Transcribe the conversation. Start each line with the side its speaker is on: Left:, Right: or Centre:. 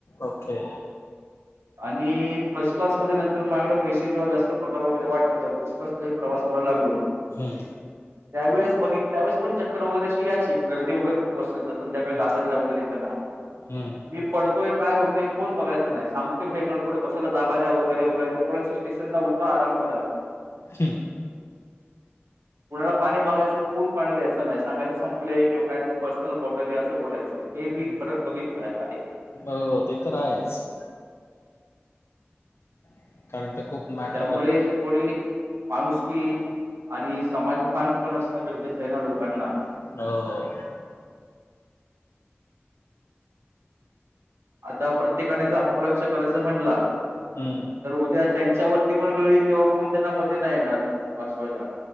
Left: ओके
Right: आणि फर्स्ट क्लासमध्ये नंतर मागड पैसे जेव्हा जास्त पगार वगैरे वाटला तेव्हा फर्स्ट क्लासमध्ये प्रवास कराय लागो
Left: हम्म
Right: त्यावेळेस बघित त्यावेळेस पण चक्कर वगैरे अशी यायची गर्दी वगैरे खूप असले तर संध्याकाळी
Left: हम्म
Right: दादरला वगैरे येतं ना
Left: हम्म
Right: मी पडतोय काय होतंय कोण बघायचं नाही सांगतेय भाई मला कुठे बसायला जागा द्या वगैरे वगैरे ते बोय स्टेशन ला उतरा आराम करा.
Left: ठी
Right: रिकामा ऑडिओ कुणाला पाणी मागायचं तर कोण पाणी द्यायचं नाही सांगायचं संपलंय किंवा काहीतरी पर्सनल बॉटल आहे असं बोलायचे. मी
Left: हम्म.
Right: परत बघितलं आहे.
Left: हो ते तर आहेच. <unintelligible>
Right: त्यामुळे
Left: करत हो
Right: थोडी माणूसकी. आणि समाजभान पण असणं गरजेचं आहे ना लोकांना.
Left: हो...
Right: आता प्रत्येकाने ज आपापला विचार करायचा म्हटला,,
Left: हम्म
Right: तर उद्या त्यांच्यावरती पण वेळ येईल तेव्हा कोण त्यांना मध्ये नाही येणार वाचवायला.